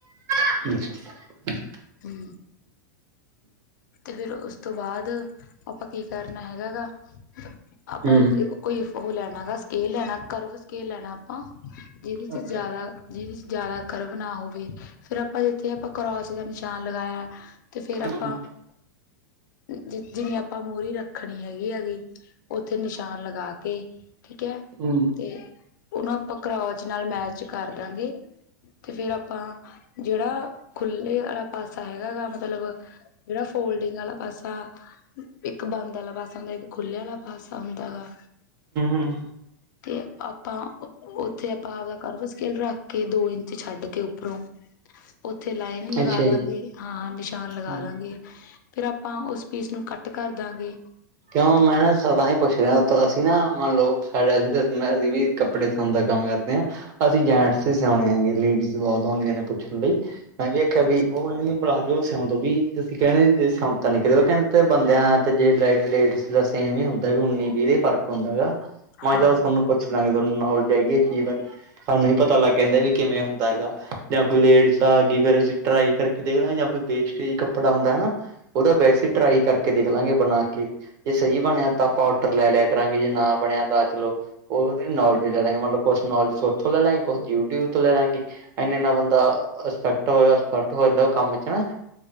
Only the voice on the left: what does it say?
ਹੂੰ ਤੇ ਫਿਰ ਉਸ ਤੋਂ ਬਾਦ ਆਪਾਂ ਕੀ ਕਰਨਾ ਹੈਗਾ ਗਾ ਆਪਾਂ
ਕੋਈ ਓ ਲੈਣਾ ਗਾ ਸਕੇਲ ਲੈਣਾ ਕਰਵ ਸਕੇਲ ਲੈਣਾ ਆਪਾਂ ਜਿਦੇ 'ਚ
ਜਾਦਾ ਜਿਦੇ 'ਚ ਜਾਦਾ ਕਰਵ ਨਾ ਹੋਵੇ ਫਿਰ ਆਪਾਂ ਜਿੱਥੇ ਆਪਾਂ ਕਰੋਸ ਦਾ ਨਿਸ਼ਾਨ ਲਗਾਇਆ। ਤੇ ਫਿਰ ਆਪਾਂ
ਜ ਜਿਨੀ ਆਪਾਂ ਮੂਹਰੀ ਰੱਖਣੀ ਹੈਗੀ-ਹੈਗੀ। ਉੱਥੇ ਨਿਸ਼ਾਨ ਲਗਾ ਕੇ ਠੀਕ ਐ।
ਤੇ ਉਨੂੰ ਆਪਾਂ ਕਰੌਚ ਨਾਲ ਮੈਚ ਕਰ ਦਾਂਗੇ। ਤੇ ਫਿਰ ਆਪਾਂ ਜੇੜਾ ਖੁੱਲੇ ਆ ਪਾਸਾ ਹੈਗਾ ਗਾ ਮਤਲਬ ਜੇੜਾ ਫੋਲਡਿੰਗ ਆਲਾ ਪਾਸਾ ਇੱਕ ਬੰਦ ਆਲਾ ਪਾਸਾ ਹੁੰਦਾ ਇੱਕ ਖੁੱਲ੍ਹੇ ਆਲਾ ਪਾਸਾ ਹੁੰਦਾ ਗਾ।
ਤੇ ਆਪਾਂ ਉੱਥੇ ਆਪਾਂ ਕਰਵ ਸਕੇਲ ਰੱਖ ਕੇ ਦੋ ਇੰਚ ਛੱਡ ਕੇ ਉੱਪਰੋਂ ਉੱਥੇ ਲਾਈਨ ਲਗਾ
ਦਾਂਗੇ
ਹਾਂ-ਹਾਂ ਨਿਸ਼ਾਨ ਲਗਾ
ਦਾਂਗੇ। ਫੇਰ ਆਪਾਂ ਉਸ ਪੀਸ ਨੂੰ ਕੱਟ ਕਰ ਦਾਂਗੇ।
ਅੱਛਾ
ਹਾਂ
ਹਾਂ